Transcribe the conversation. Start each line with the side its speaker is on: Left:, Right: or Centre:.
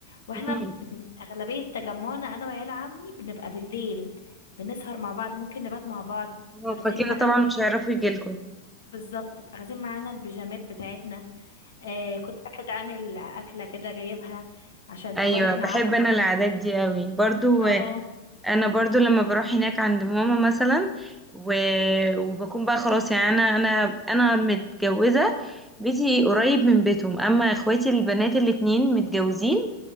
Left: واحنا
Centre: مم.
Left: بن... اغلبية تجمعنا انا وعيال عمي بنبقى بالليل بنسهر مع بعض ممكن نبات مع بعض
Centre: هو
Left: بنبقى اخدين
Centre: فكده
Left: معانا
Centre: طبعا مش هيعرفوا يجيلكم
Left: بالظبط بنبقى اخدين معانا البيجامات بتاعتنا آه كل واحد عامل اكلة كده جايبها عشان
Centre: ايوه
Left: طبعا احنا
Centre: بحب
Left: عدد
Centre: انا العادات دي قوي برضو
Left: اه
Centre: آه، انا برضو لما بروح هناك عند ماما مثلا و... وبكون بقى خلاص يعني انا انا انا متجوزة بيتي قريب من بيتهم اما اخواتي البنات الاتنين متجوزين